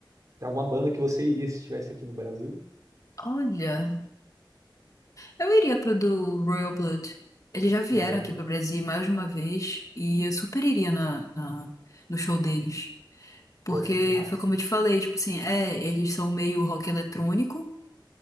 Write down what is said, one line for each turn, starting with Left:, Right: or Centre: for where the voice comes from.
Right: Tem alguma banda que você iria se estivesse aqui no Brasil?
Left: Olha. Eu iria pro do Royal Blood. Eles já vieram
Right: Royal
Left: aqui
Right: Blood.
Left: pro Brasil mais de uma vez e eu super iria na, na- no show deles. Porque
Right: Poxa, que massa.
Left: foi como eu te falei, tipo assim, é, eles são meio rock eletrônico,